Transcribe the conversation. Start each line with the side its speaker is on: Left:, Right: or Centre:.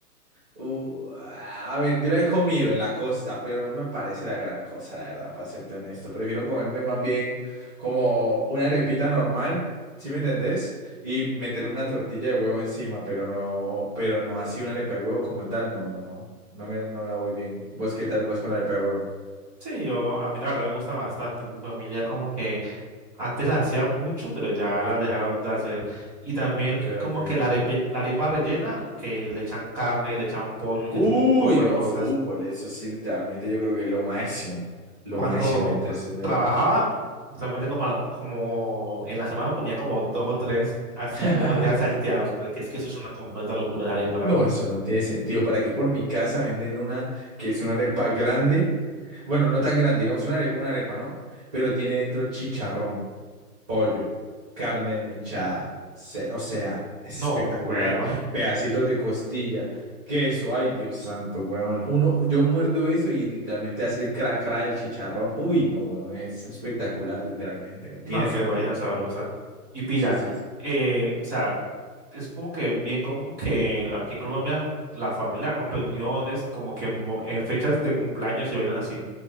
Right: Uh, a ver, yo la he comido en la costa, pero no me parece la gran cosa, la verdad, para serte honesto. Prefiero comerme más bien como una arepita normal, ¿sí me entendés? Y meterle una tortilla de huevo encima, pero no, pero no así una arepa de huevo como tal. No, no, no. No me, no la voy bien. ¿Vos qué tal vas con la arepa de huevo?
Centre: Sí, yo, a mí la verdad me gusta bastante. Mi familia como que antes la hacía mucho, pero ya la dejaron de hacer. Y también
Right: Ok,
Centre: como
Right: ok.
Centre: que la arepa, la arepa rellena, que le echan carne, que le echan pollo, que
Right: Uy,
Centre: le echan un poco
Right: no,
Centre: de cosas.
Right: fútbol, eso sí, literalmente yo creo que es lo máximo. Lo
Centre: Cuando
Right: máximo meterse.
Centre: trabajaba, realmente como, al- como en la semana comía como dos o tres, así
Right: <laughs>
Centre: como de salteados porque es que eso es una completa locura, dejaré para
Right: No,
Centre: la verdad.
Right: eso no tiene sentido. Por aquí, por mi casa, venden una que es una arepa grande. Bueno, no tan grande, digamos una are- una arepa, ¿no? Pero tiene dentro chicharrón, pollo, carne mechada. se- o sea, es
Centre: No,
Right: espectacular.
Centre: bueno, <laughs>
Right: Pedacitos de costilla, queso. Ay, Dios santo, weón. Uno, yo muerdo eso y literalmente hace el cra cra del chicharrón. Uy, no, weón, es espectacular, literalmente. No
Centre: no,
Right: tiene
Centre: qué
Right: sentido.
Centre: vaina sabrosa. Y pilla,
Right: Sí, sí, sí.
Centre: eh, o sea, es como que bien común que aquí en Colombia la familia con reuniones, como que mo- en fechas de cumpleaños y vainas así.